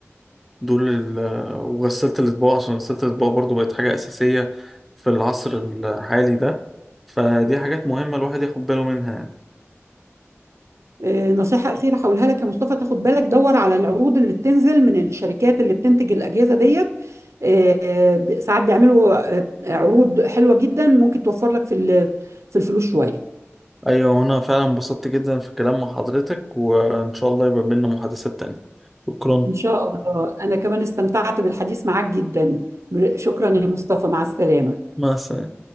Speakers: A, in the centre; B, on the right.
A: دول ال- وغسالة الأطباق عشان غسالة الأطباق برضو بقت حاجة أساسية في العصر الحالي ده فدي حاجات مهمة الواحد ياخد باله منها يعني.
B: آه، نصيحه اخيره هقولها لك يا مصطفى تاخد بالك دور على العروض اللي بتنزل من الشركات اللي بتنتج الاجهزه ديت آه، ب- ساعات بيعملوا آه، عروض حلوه جدا ممكن توفر لك في ال- في الفلوس شويه
A: ايوه وانا فعلا انبسطت جدا في الكلام مع حضرتك وان شاء الله يبقى بينا محادثات تانية شكرا
B: ان شاء الله انا كمان استمتعت بالحديث معاك جدا شكرا يا مصطفى مع السلامه
A: مع السلامة